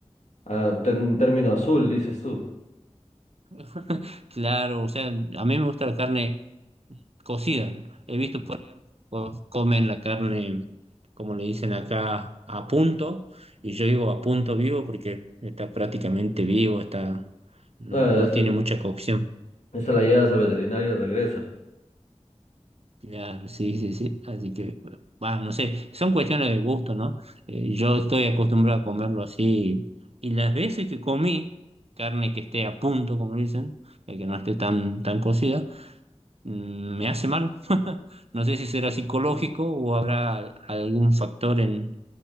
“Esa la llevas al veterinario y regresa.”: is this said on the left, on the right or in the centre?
Left